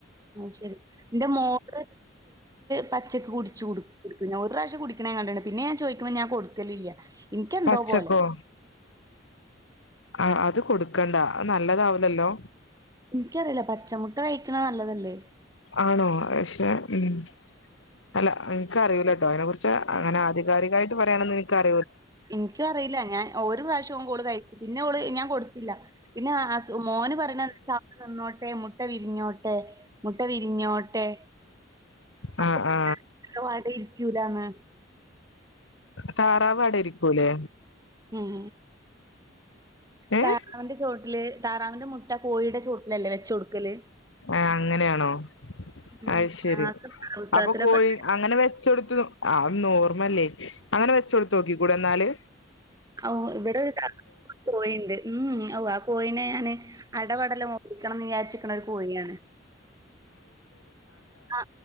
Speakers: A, on the right (about 20°); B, on the left (about 85°).
A: ഉം ശെരി ന്റെ മോക്ക് പച്ചക്ക് ച്ചക്ക് <unintelligible> <unintelligible> ഞാൻ കണ്ട്ണ് പിന്നെ ഞാന് ചോയ്ക്കുമ്പോ ഞാ കൊട്ക്കലില്ല ഇൻക്കെന്തോ
B: പച്ചക്കോ
A: പോലെ
B: ആ അത് കൊടുക്കണ്ട നല്ലതാവുലല്ലോ
A: ഇൻക്കറിയില്ല പച്ചമുട്ട കഴിക്ക്ണെ നല്ലതല്ലേ
B: ആണോ പക്ഷെ ഉം അല്ല ഇൻക്കറിയൂല്ലട്ടോ അയ്നെ കുറിച്ച് അങ്ങനെ ആധികാരികായിട്ട് പറയാനൊന്നു ഇനിക്കറി
A: ഇൻക്കും അറിയില്ല ഞാൻ ഒര് പ്രാവശ്യം ഓള് കഴി പിന്നെ ഓള് ഞാൻ കൊട്ത്തില്ല പിന്നെ ആ മോന് പറിണ <unintelligible> ന്നോട്ടെ മുട്ട വിര്ഞ്ഞോട്ടെ മുട്ട വിര് ര്ഞ്ഞോട്ടെ അപ്പൊ
B: ആ
A: <unintelligible>
B: ആ
A: ടെ ഇര്ക്കൂലന്ന്
B: താറാവാടയിരിക്കൂല്ലേ
A: ഉം
B: ഏഹ്
A: താറാവിന്റെ ചോട്ടില് താറാവിന്റെ മുട് ട്ട കോയിടെ ചോട്ടിലല്ലേ വെച്ച് കൊടുക്കല്
B: ആ അങ്ങനെയാണോ
A: ഉം
B: അത് ശരി
A: ക്ലാസ് പുസ്തകത്തിലൊക്കെ
B: അപ്പൊ കോഴി അങ്ങനെ വെച്ചൊടുത്ത് അതൊന്നോർമല്ലേ അങ്ങനെ വെച്ചൊടുത്തോക്കി കൂടെന്നാല്
A: ഓ ഇവിടെ കോയിണ്ട് ഉ ഓ ആ കോയിനെ ഞാന് അടവടല <unintelligible> വിചാരിച്ചിക്കണ ഒരു കോഴിയാണ് ആ